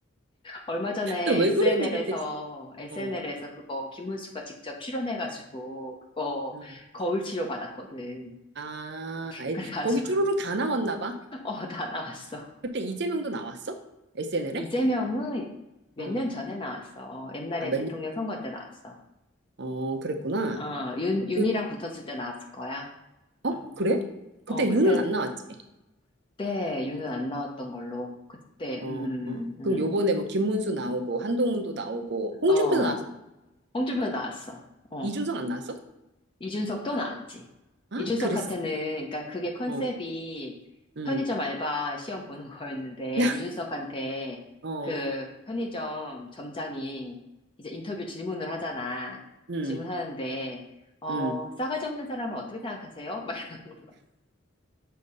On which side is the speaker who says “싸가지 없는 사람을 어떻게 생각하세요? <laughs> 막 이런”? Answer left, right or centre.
Left